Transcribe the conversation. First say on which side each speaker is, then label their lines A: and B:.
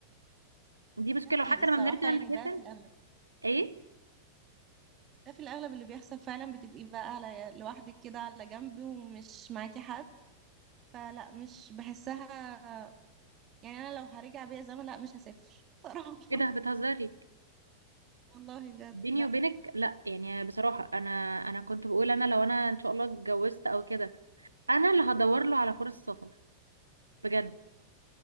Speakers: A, on the right (about 85°); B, on the right (about 30°).
A: دي مشكله
B: ده حقيقي
A: وحتى
B: الصراحه
A: لما بنرجع
B: يعني
A: نسافر
B: ده في الاغلب
A: ايه
B: ده في الأغلب اللي بيحصل فعلا بتبقي بقى على لوحدك كده على جنب ومش معاكي حد فلا مش بحسها يعني أنا لو هرجع بيا زمن لا مش هسافر صراحة
A: ايه ده
B: <laughs>
A: بتهزري
B: والله بجد
A: بيني
B: لا
A: وبينك لا يعني بصراحة انا انا كنت بقول انا لو انا ان شاء الله اتجوزت او كده انا اللي هدور له على فرص سفر بجد